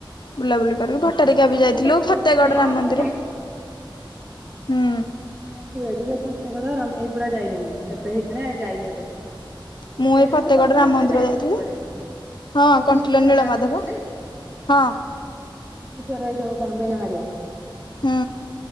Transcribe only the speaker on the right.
ମୁଁ
ଦେଖିନି
ନୀଳମାଧବ
ଯାଇଛି
<unintelligible> ଫତେଗଡ ରାମ ଏଗୁଡା ଯାଇନି ମୁଁ ଏବେ ହେଇଛି ନା ଯାଇନି ଏବେ।
ସେଇ
ଯୋଉ କଣ୍ଟିଲ
ପଟେ
ଯାଇଚି
ସବୁଆଡେ
ମୋ
ପିଇସୀ ଘର
ଗାଁ ସେଇପଟେ ଯେ।
<unintelligible> ଯୋଉ କଣ ବେଣାଗାଡିଆ?